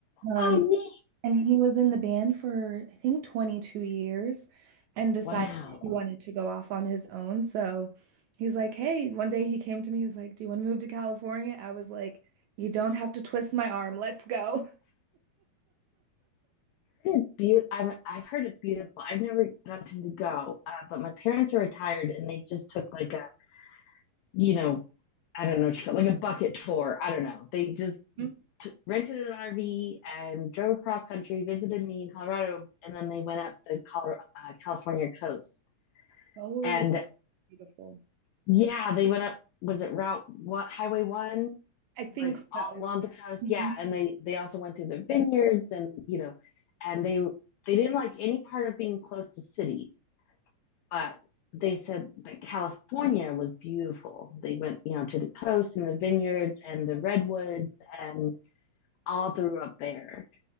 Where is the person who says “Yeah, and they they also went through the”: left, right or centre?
Left